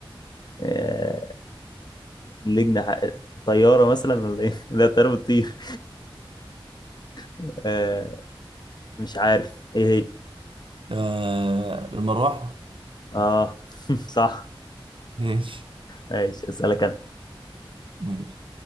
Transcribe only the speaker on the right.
آه المروحة
ماشي
ماشي